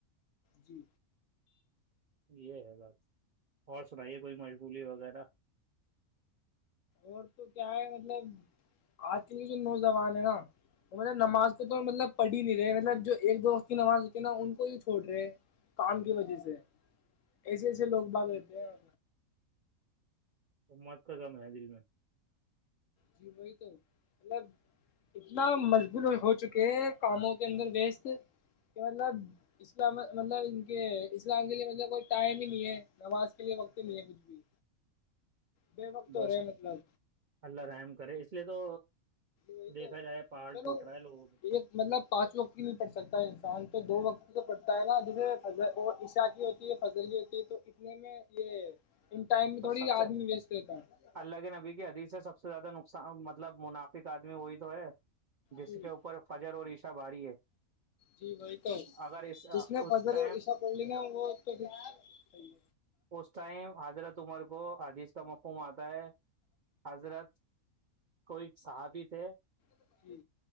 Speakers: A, on the left (about 70°); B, on the right (about 60°).
A: جی
B: یہ ہے بات اور سنائیے کوئی مشغولی وغیرہ
A: اور تو کیا ہے مطلب آج کل کے جو نوجوان ہے نا وہ مطلب نماز کو تو مطلب پڑھی ہی نہیں رہے مطلب جو ایک دو وقت کی نماز ہوتی ہے نا ان کو ہی چھوڑ رہے کام کی وجہ سے ایسے ایسے لوگ بھاگ لیتے ہیں
B: ا مت کا تھا میا دل میں
A: جی وہی تو مطلب اتنا مشغول ہو چکے ہیں کاموں کے اندر ویس کہ مطلب اسلام مطلب ان کے اسلام کے لیے مطلب کوئی ٹائم ہی نہیں ہے نماز کے لیے وقت نہیں ہے کچھ بھی بے وقت
B: بس
A: ہو رہے مطلب
B: اللہ رحم کرے اس لیے تو
A: وہی
B: دیکھا
A: تو
B: جائے پہاڑ
A: چلو
B: ٹوٹ رہا ہے لوگوں کو
A: ایک مطلب پانچ وقت بھی نہیں پڑ سکتا انسان تو دو وقت کی تو پڑتا ہوتا ہے نا جیسےض وہ عشاء کی ہوتی ہے فضل کی ہوتی ہے تو اتنے میں یہ ان ٹائم میں
B: تو
A: تھوڑی
B: سب سے
A: آدمی ویسٹ رہتا ہے
B: اللہ کے نبی کی حدیث سے سب سے سب سے زیادہ نقصان مطلب منافق آدمی وہی تو ہے <unintelligible> جس
A: جی
B: کے اوپر فجر اور اس <unintelligible> بھاری ہے
A: جی وہی تو
B: اگر اس
A: جس نے فضل
B: ٹ
A: اور عشا پڑھ لی نا وہ تو پھر صحیح
B: اس ٹائم حضرت <unintelligible> ر کو آدش تمک <unintelligible> م آتا ہے حضرت کو ایک ساتھ <unintelligible> تھے
A: ہے